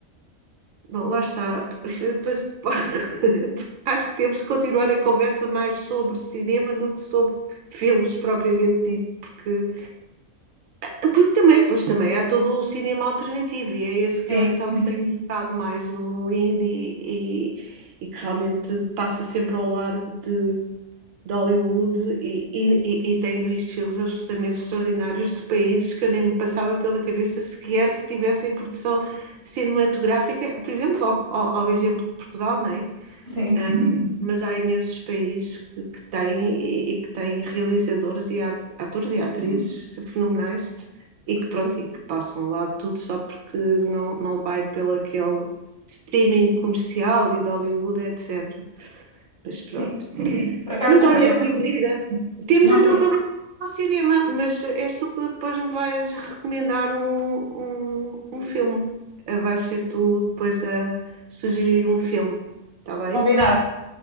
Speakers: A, on the right; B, in the centre.
A: Bom, lá está. Depois, depois, <laughs> acho que temos que continuar a conversa mais sobre cinema do que sobre filmes propriamente dito, porque, porque também, depois também há todo o cinema alternativo e é esse que
B: Sim,
A: eu então tenho focado mais no indie e, e que realmente passa sempre ao largo de, de Hollywood e, e, e- tenho visto filmes absolutamente extraordinários de países que eu nem me passava pela cabeça sequer que tivessem produção cinematográfica, por exemplo, ao, ao- exemplo de Portugal, não é?
B: sim,
A: Ah, mas há imensos países que, que têm e, e que têm realizadores e a- atores e atrizes uhum. fenomenais e que pronto, e que passam lá tudo só porque não, não vai pelo aquele streaming comercial e de Hollywood, etc. Mas pronto.
B: sim. Por acaso
A: Mas
B: não
A: olha,
B: conheço,
A: minha querida, temos
B: não
A: então
B: conheço.
A: que ir ao cinema, mas és tu que depois me vais recomendar um, um, um filme. Eh, Vais ser tu depois a sugerir um filme, está bem?
B: Combinado,